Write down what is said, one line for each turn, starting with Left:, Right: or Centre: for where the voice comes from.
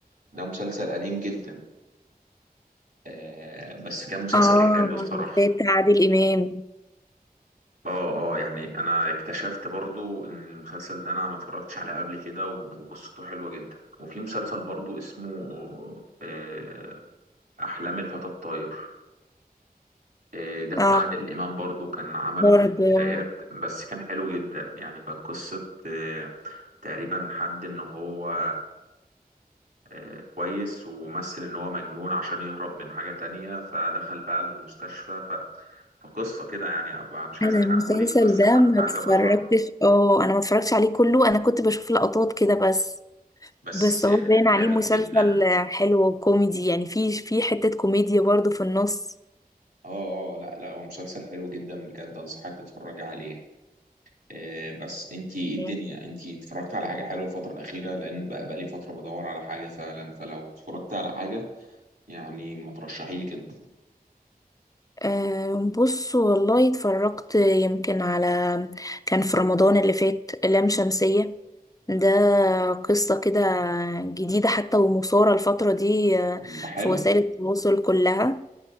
Right: ده مسلسل قديم جدا آه، بس كان مسلسل
Left: اه
Right: حلو الصراحة
Left: بتاعت عادل امام
Right: اه اه يعني انا اكتشفت برضو ان المسلسل ده انا ما اتفرجتش عليه قبل كده و- وقصته حلوة جدا وفي مسلسل برضو اسمه آه، احلام الفتى الطاير إيه، ده بتاع
Left: اه
Right: عادل إمام برضو كان عمله
Left: برضه
Right: في البدايات بس كان حلو جدا يعني كانت قصة إيه، تقريبا حد إن هو إيه، كويس ومثل إن هو مجنون عشان يهرب من حاجة تانية فدخل بقى المستشفى ف... فقصة كده يعني أبقى مش عايز
Left: انا
Right: أحرقهولك
Left: المسلسل
Right: بس
Left: ده
Right: ح-
Left: ما
Right: عايز
Left: اتفرجتش
Right: أبقى أتفرج
Left: اه انا ما اتفرجتش عليه كله انا كنت بشوف لقطات كده بس
Right: بس
Left: بس
Right: إيه،
Left: هو باين
Right: جامد
Left: عليه مسلسل
Right: جدا
Left: حلو وكوميدي يعني في في حتة كوميديا برضو في النص
Right: اه اه لا لا هو مسلسل حلو جدا بجد انصحك تتفرج عليه آه، بس انت ايه الدنيا
Left: مم.
Right: انت اتفرجت على حاجة حلوة الفترة الأخيرة لأن بقى بقى لي فترة بدور على حاجة فعلا فلو اتفرجت على حاجة يعني ما ترشحي لي كده
Left: أم، بص والله اتفرجت يمكن على كان في رمضان اللي فات لام شمسية ده قصة كده جديدة حتى ومثارة الفترة دي أه،
Right: ده حلو
Left: في وسائل التواصل كلها